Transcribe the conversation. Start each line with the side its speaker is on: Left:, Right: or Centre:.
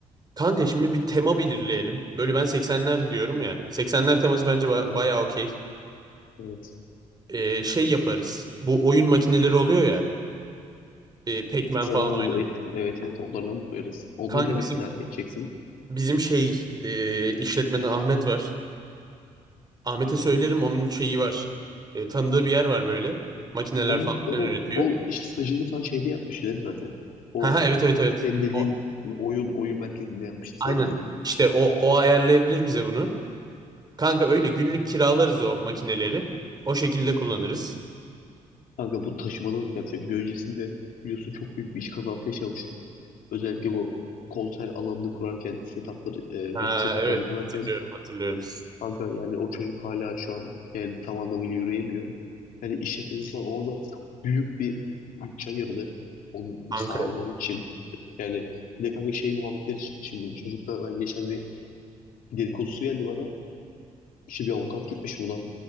Right: Kanka şimdi bir tema belirleyelim. Böyle ben 80'ler diyorum ya. 80'ler teması bence ba-
Left: Hı,
Right: bayağı okey.
Left: Evet.
Right: Ee, şey yaparız. Bu oyun makineleri oluyor ya. E, Pac-Man falan
Left: Aa,
Right: oynan.
Left: bu eski. Evet evet onlardan koyarız. Onları
Right: Kanka
Left: nereden
Right: bizim
Left: tedarik edeceksin?
Right: bizim şey e, işletmeden Ahmet var. Ahmet'e söylerim onun şeyi var. E, tanıdığı bir yer var böyle. Makineler
Left: Onun
Right: falan
Left: zaten
Right: filan üretiyor.
Left: o işte stajını falan şeyde yapmıştı değil mi zaten? O
Right: Ha ha evet evet evet.
Left: senin dediğin
Right: O,
Left: oyun oyun merkezinde yapmıştı
Right: aynen.
Left: stajını.
Right: İşte o o ayarlayabilir bize bunu. Kanka öyle günlük kiralarız o makineleri. O şekilde kullanırız.
Left: Kanka bu taşımada nasıl yapacak? Bir öncesinde biliyorsun çok büyük bir iş kazası yaşamıştık. Özellikle bu konser alanını kurarken, setupları, e,
Right: Ha
Left: müzik setuplarını
Right: evet
Left: kurarken
Right: hatırlıyorum hatırlıyorum.
Left: kanka yani o çocuk hala şu an yani tam anlamıyla yürüyemiyor. Yani işletmemiz falan ona da çok büyük bir bütçe ayırdı. Onun
Right: Kanka
Left: sağlığı için. Yani bir de kanka şey muhabbetleri çıktı şimdi. Bu çocukla ben geçen bir dedikodusu geldi bana. İşte bir avukat gitmiş buna.